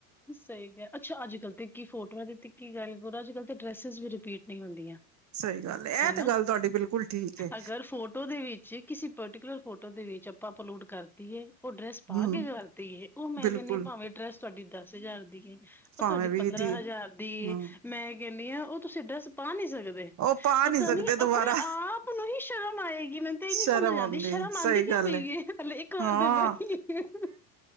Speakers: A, in the centre; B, on the right.
A: ਸਹੀ ਕਿਹਾ, ਅੱਛਾ ਅੱਜ ਕੱਲ੍ਹ ਤੇ ਕੀ ਫੋਟੋਆਂ ਦੀ ਕੀ ਗੱਲ ਹੋਰ ਅੱਜ ਕੱਲ ਤੇ ਡਰਸਿਸ ਵੀ ਰਿਪੀਟ ਨਹੀਂ ਹੁੰਦੀਆਂ।
B: ਸਹੀ ਗੱਲ ਇਹ
A: ਹੈਨਾ,
B: ਤੇ ਗੱਲ ਤੁਹਾਡੀ ਬਿਲਕੁਲ ਠੀਕ ਹੈ
A: ਅਗਰ ਫੋਟੋ ਦੇ ਵਿੱਚ ਕਿਸੇ ਪਰਟੀਕੁਲਰ ਫੋਟੋ ਦੇ ਵਿੱਚ ਆਪਾਂ ਅਪਲੋਡ ਕਰਤੀ ਏ ਉਹ ਡਰੈਸ ਪਾ
B: ਹਮ
A: ਕੇ ਕਰਤੀਏ, ਉਹ ਮੈਂ
B: ਬਿਲਕੁਲ
A: ਕਿੰਨੀ ਭਾਵੇਂ ਡਰੈੱਸ ਤੁਹਾਡੀ ਦਸ ਹਜ਼ਾਰ ਦੀ ਆਂ।
B: ਭਾਵੇਂ
A: ਉਹ ਤੁਹਾਡੀ
B: ਵੀਹ
A: ਪੰਦਰਾਂ
B: ਦੀ
A: ਹਜ਼ਾਰ ਦੀ,
B: ਹਮ
A: ਮੈਂ ਕਿੰਨੀਆਂ ਉਹ ਤੁਸੀਂ ਡਰੈੱਸ ਪਾ ਨਹੀਂ ਸਕਦੇ,
B: ਉਹ ਪਾ
A: ਪਤਾ
B: ਨਹੀਂ ਸਕਦੇ
A: ਨੀ ਆਪਣੇ
B: ਦੁਬਾਰਾ
A: ਆਪ ਨੂੰ ਹੀ ਸ਼ਰਮ ਆਏਗੀ, ਮੈਨੂੰ ਤਾਂ ਇਹ ਨਹੀਂ
B: ਸ਼ਰਮ
A: ਸਮਝ
B: ਆਉਂਦੀ
A: ਆਉਂ ਸ਼ਰਮ ਆਉਂਦੀ
B: ਸਹੀ
A: ਕਿਉ
B: ਗੱਲ
A: ਪਈ
B: ਹੈ
A: ਆ, ਹਲੇ ਇੱਕ ਵਾਰ
B: ਹਾਂ
A: ਤੇ ਪਾਈ ਆ।